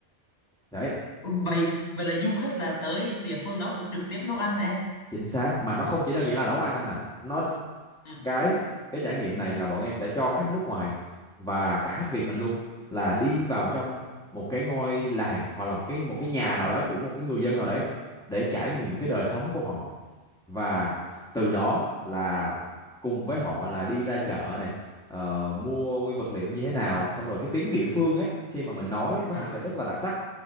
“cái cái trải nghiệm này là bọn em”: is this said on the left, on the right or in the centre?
Centre